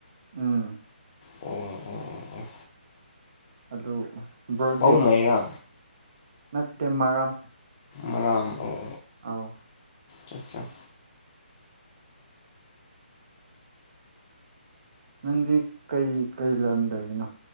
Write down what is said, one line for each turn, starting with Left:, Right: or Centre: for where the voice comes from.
Right: ꯎꯝ
Left: ꯑꯣ ꯑꯣ ꯑꯣ
Right: ꯑꯗꯨ ꯕ꯭ꯔꯣꯗꯤ
Left: ꯄꯧꯃꯩꯔꯥ
Right: ꯅꯠꯇꯦ ꯃꯔꯥꯝ
Left: ꯃꯔꯥꯝ ꯑꯣ
Right: ꯑꯧ
Left: ꯆ ꯆꯥ
Right: ꯅꯪꯗꯤ ꯀꯩ ꯀꯩ ꯂꯝꯗꯒꯤꯅꯣ